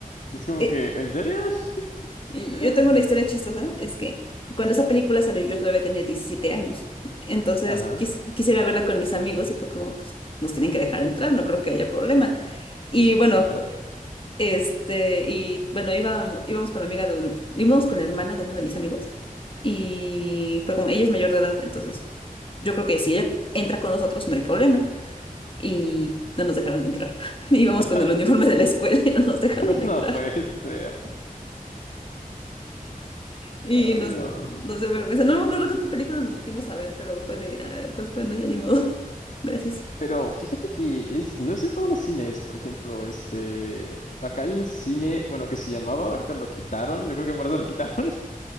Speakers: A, on the left; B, on the left.
A: Y es como
B: E-
A: que, ¿en serio? <gasps>
B: Y
A: <sighs>
B: Yo tengo una historia chistosa, es que cuando esa película salió yo todavía tenía 17 años, entonces
A: Ajá,
B: quis- quisiera verla con mis amigos y fue como, pues nos tienen que dejar entrar, no creo que haya problema. Y bueno,
A: sí, claro.
B: este, y bueno, íbamos, íbamos con la amiga de uno, íbamos con la hermana de uno de mis amigos y fue como, ella es mayor de edad, entonces yo creo que si ella entra con nosotros no hay problema. Y no nos dejaron entrar. <laughs> Íbamos
A: Ajá,
B: con el uniforme de la escuela y no nos
A: <laughs>
B: dejaron entrar.
A: No puede ser.
B: Y
A: Ay,
B: nos,
A: no.
B: nos dio vergüenza. No me acuerdo qué otra película nos metimos a ver, pero fue de, "Ah, pues bueno, ya ni modo. <laughs> Gracias.
A: Pero fíjate que es, no es en todos los cines, por ejemplo, este, acá hay un cine, bueno, que se llamaba, ahorita lo quitaron, yo creo que por eso lo quitaron,